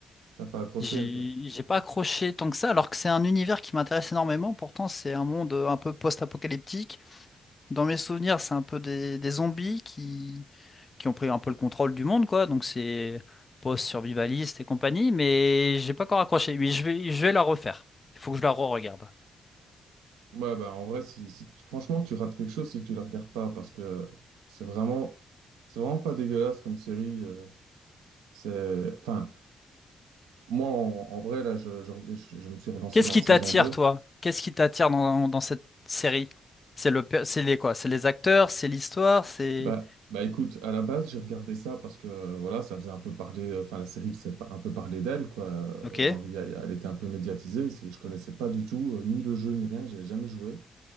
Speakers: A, on the right; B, on the left.
A: t'as pas accroché,
B: J'ai
A: quoi.
B: j'ai pas accroché tant que ça, alors que c'est un univers qui m'intéresse énormément. Pourtant, c'est un monde euh, un peu post-apocalyptique. Dans mes souvenirs, c'est un peu des, des zombies qui, qui ont pris un peu le contrôle du monde, quoi. Donc c'est post-survivaliste et compagnie, mais j'ai pas encore accroché. Oui, je vais, je vais la refaire. Il faut que je la re-regarde.
A: Ouais, bah, en vrai, si, si- franchement, tu rates quelque chose si tu le regardes pas, parce que c'est vraiment, c'est vraiment pas dégueulasse comme série. euh, c'est, enfin, moi, en, en vrai, là, je, je, je- je me suis relancé
B: Qu'est-ce
A: dans
B: qui
A: la saison
B: t'attire,
A: deux
B: toi? Qu'est-ce qui t'attire dans, dans cette série? C'est le, per- c'est les quoi? C'est les acteurs, c'est l'histoire, c'est...
A: Bah, bah, écoute, à la base, j'ai regardé ça parce que, euh, voilà, ça faisait un peu parler, enfin, la série faisait pa- un peu parler d'elle, quoi. Euh,
B: Ok.
A: Genre, il y a- elle était un peu médiatisée. Si je connaissais pas du tout, euh, ni le jeu, ni rien, j'ai jamais joué.